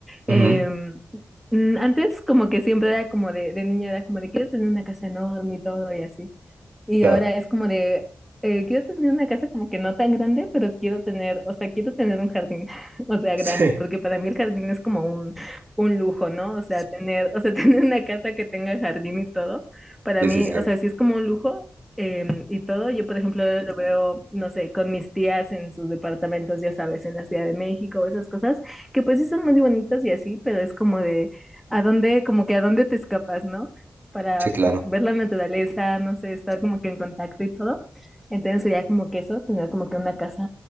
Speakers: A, on the right; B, in the centre.
A: Ujú,
B: Eh, mm, antes como que siempre era como de, de niña, era como de quiero tener una casa enorme y todo y así. Y
A: claro.
B: ahora es
A: <laughs>
B: como de, eh, quiero tener una casa como que no tan grande, pero quiero tener, o sea, quiero tener un jardín, <laughs> o sea,
A: Sí,
B: grande, porque para mí el jardín es como un, un lujo, ¿no? O sea, tener, o sea, <laughs> tener una casa que tenga jardín y todo, para
A: sí,
B: mí,
A: sí, sí,
B: o sea, sí es como un lujo em, y todo. Yo, por ejemplo, lo veo, no sé, con mis tías en sus departamentos, ya sabes, en la Ciudad de México, esas cosas, que pues sí son muy bonitas y así, pero es como de, ¿a dónde, como que a dónde te escapas, ¿no? para
A: sí, claro.
B: pues ver la naturaleza, no sé, estar como que en contacto y todo. Entonces sería como que eso, tener como que una casa